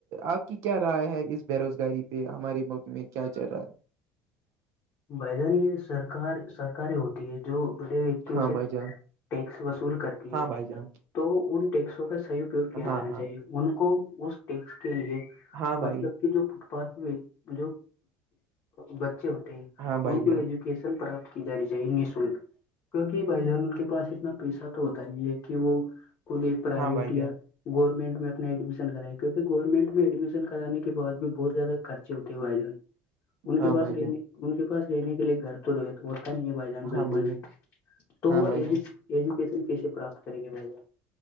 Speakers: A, on the right; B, on the left.
A: آپ کی کیا رائے ہے اس بے روزگاری پہ ہمارے ملک میں کیا چل رہا ہے
B: بھائی جان یہ سرکار سرکاری ہوتی ہے جو بڑے ویکتیوں
A: ہاں
B: سے
A: بھائی جان
B: ٹیکس وصول کرتی
A: ہاں
B: ہے
A: بھائی جان
B: تو ان ٹیکسوں کا اپیوگ کیاے
A: ہاں
B: جانا
A: ہاں
B: چاہیے ان کو اس ٹس کے لیے
A: ہاں بھائی
B: مطلب کہ جو پر جو بچے ہوتے ہیں
A: ہاں
B: ان
A: بھائی
B: کو
A: جان
B: ایجوکٹ ن پراپت کی جانی چاہیے نشلک کیونکہ بھائی جان ان کے پاس اتنا پیسہ تو ہوتا نہیں ہے کہ وہ خود ایک پرائیویٹ
A: ہاں بھائی
B: یا
A: جان
B: گورنمنٹ میں اپنا ایڈمشن کرا کیکہ گورنمنٹ میں ایڈمشن کرانے کےعد بھی بہت زیادہ خرچ ہوتے بھائی جان ان
A: ہاں
B: کے پس
A: بھائی
B: رہنے
A: جان
B: ان کے پس رہنے کے لیے گھر تو رویا تو ہوتا نہیں ہے بھائی جان
A: ہاں
B: بالکل
A: جان
B: بھی تو
A: ہاں
B: وہ
A: بھائی
B: ایجوکیشن
A: جان
B: کیسے پراپت کریں گے بھائی جان